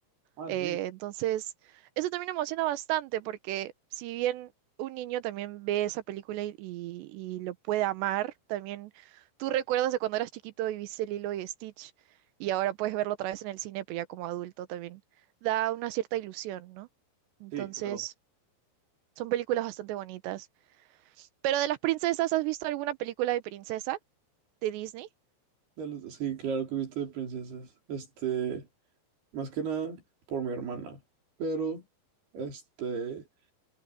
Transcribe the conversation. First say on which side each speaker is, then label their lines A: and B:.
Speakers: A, on the right (about 65°); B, on the right (about 80°).
A: Ah,
B: Eh,
A: sí,
B: entonces, eso también emociona bastante porque si bien un niño también ve esa película y, y- y lo puede amar, también tú recuerdas de cuando eras chiquito y viste Lilo y Stitch y ahora puedes verlo otra vez en el cine, pero ya como adulto también da una cierta ilusión, ¿no? Entonces,
A: sí, claro.
B: son películas bastante bonitas. Pero de las princesas, ¿has visto alguna película de princesa de Disney?
A: De los- Sí, claro que he visto de princesas. Este, más que nada por mi hermana. Pero, este,